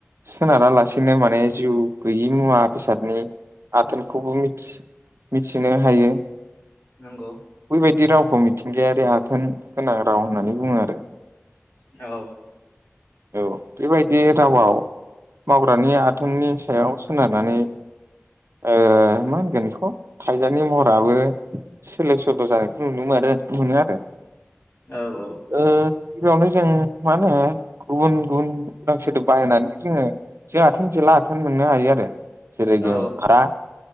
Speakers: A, on the right; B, on the left.
A: सोनारालासेनो माने जिउ गैयि मुवा बेसादनि आथोनखौबो मिथि मिथिनो हायो
B: नंगौ
A: बैबायदि रावखौ मिथिंगायारि आथोन गोनां राव होननानै बुङो आरो
B: औ
A: औ बेबाय दि रावाव मावग्रानि आथोननि सायाव सोनारनानै ओ मा होनगोन बेखौ थाइजानि महराबो सोलाय सोल' जानायखौ नुनो मोनो मोनो आरो
B: औ औ
A: ओ गिबियावनो जों माहोनो गुबुन गुबुन उदां सदो बाहायनानै जोङो जों आथोन जेला आथोन मोननो हायो आरो जेरै
B: औ
A: जों आदा